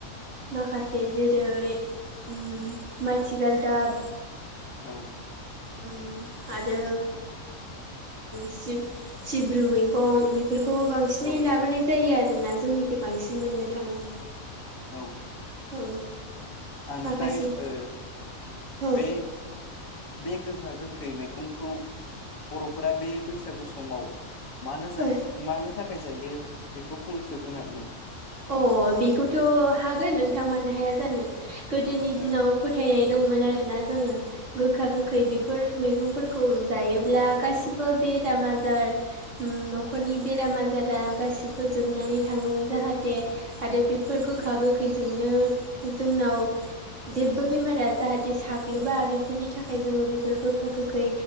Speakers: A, on the right; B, on the left.
A: माखासे जेरै उम माथि गालदाब
B: औ
A: उम आरो सिब्रु मैगं बेफोरखौ बांसिनै
B: औ
A: लाबोनाय जायो आरोना जोंनिखि बांसिन मोननो थाङो
B: औ
A: औ
B: आंनिफ्राय
A: माखासे
B: ओ
A: औ
B: बे गो खा गोखै मैखंखौ बर'फोरा बे बैसागु समाव मानो
A: औ
B: मानो थाखाय जायो बेखौ फंनैसो बुंनो हागोन नामा?
A: अ बेखौथ' हागोन नोंथां मानो हाया जानो गोदोनि
B: नामा?
A: दिनाव फोथायनाय दंमोन आरोना जोङो गोखा गोखै फोर मैगंफोरखौ जायोब्ला गासिबो बेराम आजार न'खरनि बेराम आजारा गासिबो जोबनानै थाङो जाहाथे दे आरो बेफोर गोखा
B: ओ
A: गोखैजोंनो जोंनाव जेबो बेमारा जाहाथे साग्लोबा बेफोरनि थाखाय जोङो बेफोर गोखा गोखै